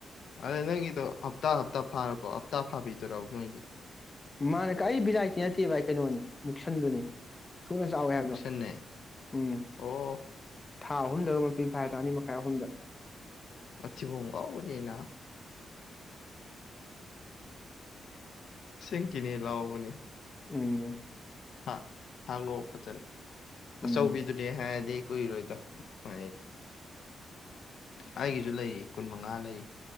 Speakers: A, on the left; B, on the left.
A: ꯑꯗꯨꯗ ꯅꯪꯒꯤꯗꯣ ꯍꯞꯇꯥ ꯍꯞꯇꯥ ꯐꯥꯔꯕꯣ ꯍꯞꯇꯥ ꯐꯥꯕꯤꯗꯣꯏꯣ ꯅꯣꯏꯒꯤ
B: ꯃꯥꯅ ꯀ ꯑꯩ ꯕꯤꯂꯥꯏꯇꯤ ꯅꯠꯇꯦ ꯚꯥꯏ ꯀꯩꯅꯣꯅꯦ ꯃꯨꯛꯁꯟꯗꯨꯅꯦ ꯊꯨꯅ ꯆꯥꯎꯋꯦ ꯍꯥꯏꯕꯗꯣ
A: ꯃꯨꯛꯁꯟꯅꯦ
B: ꯎꯝ
A: ꯑꯣ
B: ꯊꯥ ꯑꯍꯨꯝꯗꯒ ꯃꯄꯤ ꯐꯥꯏꯗꯣ ꯑꯅꯤ ꯃꯈꯥꯏ ꯑꯍꯨꯝꯗ
A: ꯃꯊꯤꯐꯣꯡꯂꯥꯎꯕ ꯅꯤꯅ ꯁꯤꯡꯀꯤꯅꯤ ꯂꯑꯣꯕꯅꯤ <unintelligible>
B: ꯎꯝ
A: ꯍꯥ ꯊꯥꯡ ꯂꯣ ꯐꯖꯅ ꯑꯆꯧꯕꯤꯗꯨꯅꯦ
B: ꯎꯝ
A: ꯍꯥꯏꯔꯗꯤ ꯀꯨꯏꯔꯣꯏꯗ ꯍ ꯑꯩꯒꯤꯁꯨ ꯂꯩꯔꯤ ꯀꯨꯟ ꯃꯉꯥ ꯂꯩꯔꯤ